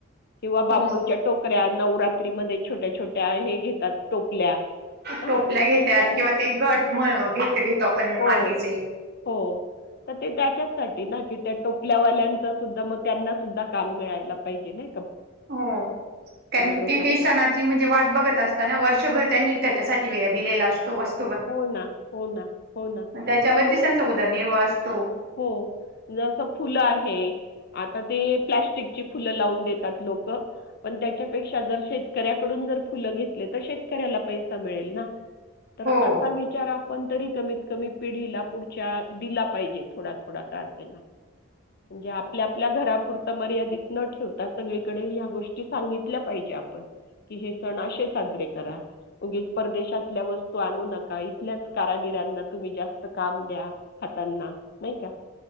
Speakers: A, on the left; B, on the right.
A: किंवा बांबूच्या
B: हो
A: टोकऱ्या नव् रात्रीमध्ये छोट्या छोट्या हे घेतात टोपल्या अ,
B: टोपल्या घेत्यात
A: तर त्यामुळे
B: किंवा ते घट घेत घेतो आपण
A: हो,
B: मातीचे.
A: हो तर ते त्याच्यासाठी ना की त्या टोपल्यावाल्यां मग त्यांना सुध्दा काम मिळायला पाहिजे ना.
B: हो कारण
A: लोकांना.
B: ते ते सणाची म्हणजे वाट बघत असताना वर्षभर त्यांनी त्याच्यासाठी वेळा दिलेला असतो वस
A: हो ना हो ना हो ना
B: त्याच्यावरती
A: त्यामुळे
B: त्यांचा उदरनिर्वाह असतो
A: हो जसं फुलं आहे. आता ते प्लस्टिकची फुलं लावून देतात लोकं पण त्याच्यापेक्षा जर शेतकऱ्याकडून जर फुलं घेतले तर शेतकऱ्याला पैसा मिळेल ना. तर
B: हो
A: असा विचार आपण तरी कमीत कमी पिढीला पुढच्या दिला पाहिजे थोडा थोडा का असेना म्हणजे आपल्या आपल्या घरापुरता मर्यादित न ठेवता सगळीकडे ह्या गोष्टी सांगितल्या पाहिजे आपण कि हे सण असे साजरे करागेच उगीच परदेशातल्या वस्तू तू आणू नका इथल्याच कारागिरांना तुम्ही जास्त काम द्या हातांना नाही का